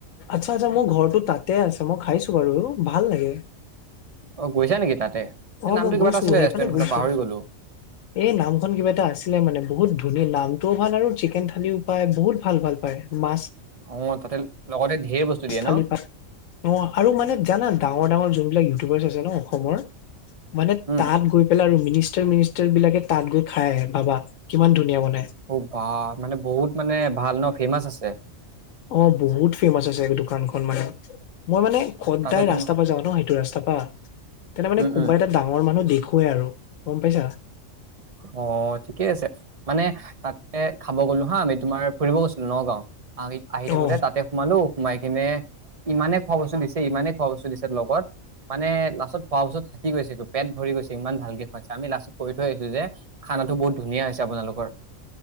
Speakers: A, on the left; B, on the right.
A: আচ্ছা-আচ্ছা মোৰ ঘৰটো তাতে আছে। মই খাইছো বাৰু ভাল লাগে।
B: অ' গৈছা নেকি তাতে এই
A: অ
B: নামটো
A: মই
B: কিবা
A: গৈছো
B: এটা আছিলে
A: সেইফালে
B: ৰেষ্টুৰেণ্ট
A: গৈছো
B: খনৰ পাহৰি গ'লো।
A: এই নামখন কিবা এটা আছিলে, মানে বহুত ধুনীয়া নামটোও ভাল আৰু চিকেন থালিও পায়। বহুত ভাল ভাল। হয় মাছ
B: অ' তাতে লগতে ধেৰ বস্তু দিয়ে
A: খালি
B: ন
A: পাত অ' আৰু মানে জানা ডাঙৰ ডাঙৰ যোনবিলাক ইউটিউবাৰ্চ আছে ন অসমৰ মানে
B: উম
A: তাত গৈ পেলাই আৰু মিনিষ্টাৰ, মিনিষ্টাৰ বিলাকে তাত গৈ খাই আহে ভাবা কিমান ধুনীয়া বনাই।
B: অ' বা তাতে বহুত মানে ভাল ন' ফেমাচ আছে।
A: অ'তো বহুত ফেমাচ আছে মানে দোকানখন মানে মই মানে সদাই
B: তাতে তোমাৰ
A: ৰাস্তা প পৰা যাওঁ ন' সেইটো ৰাস্তাৰ পৰা তেতিয়া মানে
B: উম
A: কোনোবা
B: উম
A: এটা ডাঙৰ মই মানুহ দেখুৱে আৰু গম পাইছা।
B: অ', ঠিকে আছে। মানে তাতে খাব গ'লো হা আমি তোমাৰ ফুৰিব গৈছিলো নগাঁও। আহি থাকোতে
A: অ
B: তাতে সোমালো। সোমাই কিনে ইমানে খোৱা বস্তু দিছে, ইমানে খোৱা বস্তু দিছে লগত মানে লাষ্টত খোৱা বস্তু থাকি গৈছে। পেট ভৰি গৈছে ইমান ভালকে খোৱাইছে। আমি লাষ্টত কৰি থৈ আহিছো যে খানাটো বহুত ধুনীয়া হৈছে আপোনালোকৰ।